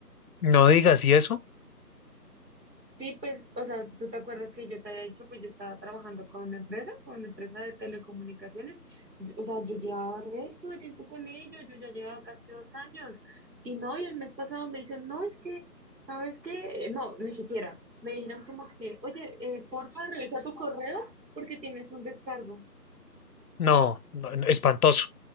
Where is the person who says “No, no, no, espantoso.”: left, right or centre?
Left